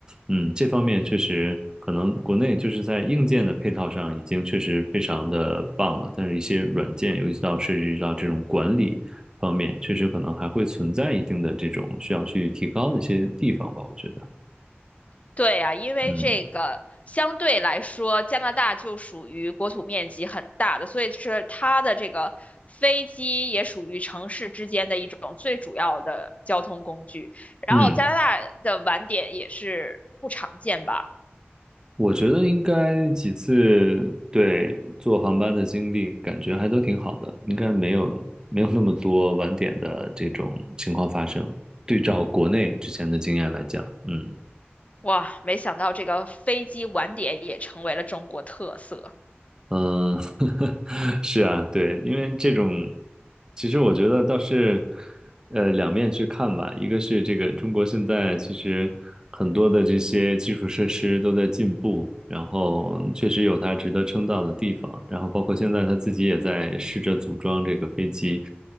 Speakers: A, on the right (about 20°); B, on the left (about 35°).
A: 嗯，这方面确实可能国内就是在硬件的配套上已经确实非常的棒了，但是一些软件，尤其到涉及到这种管理方面，确实可能还会存在一定的这种需要去提高的一些地方吧，我觉得，
B: 对呀，因为这个相对来说，
A: 嗯。
B: 加拿大就属于国土面积很大的，所以是它的这个飞机也属于城市之间的一种最主要的交通工具。然后加拿大的晚点也是不常见吧？
A: 嗯，我觉得应该几次对坐航班的经历，感觉还都挺好的，应该没有没有那么多晚点的这种情况发生。对照国内之前的经验来讲，嗯
B: 哇，没想到这个飞机晚点也成为了中国特色，
A: 嗯，<laughs> 是啊，对，因为这种，其实我觉得倒是，呃，两面去看吧。一个是这个中国现在其实很多的这些基础设施都在进步，然后确实有它值得称道的地方。然后包括现在他自己也在试着组装这个飞机，